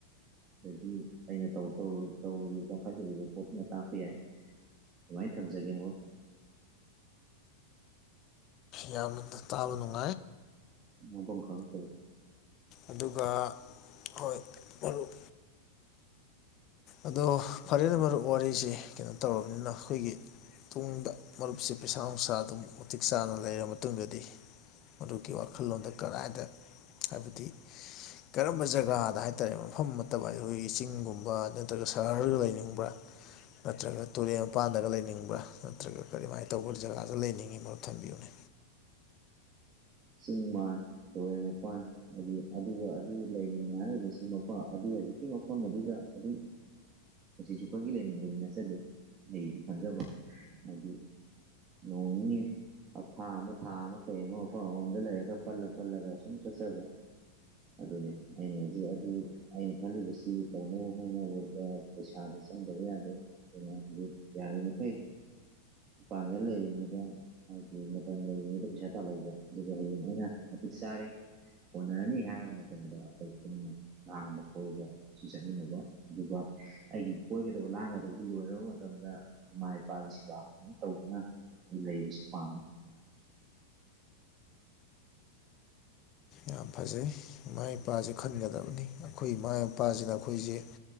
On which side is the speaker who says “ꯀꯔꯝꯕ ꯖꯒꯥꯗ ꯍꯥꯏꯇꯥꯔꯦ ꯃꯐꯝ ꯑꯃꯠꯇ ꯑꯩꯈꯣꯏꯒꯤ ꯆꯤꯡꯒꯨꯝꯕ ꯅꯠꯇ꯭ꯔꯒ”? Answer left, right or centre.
Left